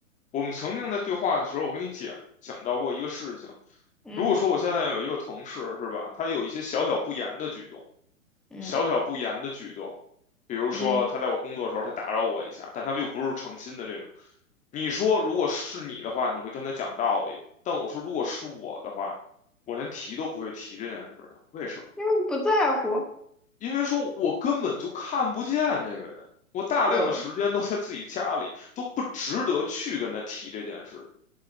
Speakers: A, on the left (about 15°); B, in the centre.
A: 我们曾经在对话的时候，我跟你讲讲到过一个事情。
B: 嗯
A: 如果说我现在有一个同事，是吧？他有一些小小不言的举动，
B: 嗯
A: 小小不言的举动，比如说他在我工作的时候，
B: 嗯，
A: 他打扰我一下，但他又不是诚心的这种。你说，如果是你的话，你会跟他讲道理；但我说，如果是我的话，我连提都不会提这件事情，为什么？
B: 因为不在乎，
A: 因为说我根本就看不见这个人，我大量的时间都在自己家里，
B: 对，
A: 都不值得去跟他提这件事情，